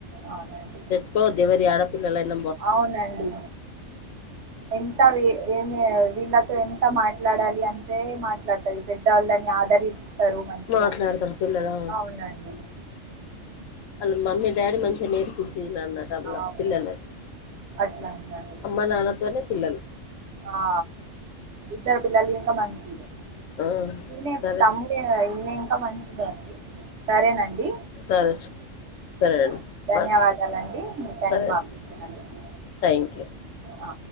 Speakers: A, on the right; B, on the left.
A: అవునండి
B: తెచ్చుకోవద్ ఏవరి ఆడా పిల్లలైన
A: అవునండి ఎంత ఏమి వీళ్ళతో ఎంత మాట్లాడాలి అంతె మాట్లాడుతది పెద్దవాళ్ళని ఆదరిస్తరు మంచిగా
B: మాట్లాడతారు పిల్లలు
A: అవునండి
B: వాళ్ళ మమ్మీ డాడీ మంచిగ నేర్పించిళ్ళన్న టళ్ళ
A: అవును
B: పిల్లలకి
A: అట్లానండి
B: అమ్మా నాన్నతోనె పిల్లలు
A: ఆ ఇద్దరు పిల్లాలింకా మంచిది
B: ఆ
A: ఇనే
B: సరే
A: తమ్ము తె ఇంగ ఇంకా మంచిదే అండి సరేనండి
B: సరే సరేనండి
A: ఆ ధన్యవాదాలండి
B: మాట్లా
A: మీ టైమ్
B: సరే
A: మాకు ఇచ్చినందుకు
B: థ్యాంక్ యూ
A: ఆ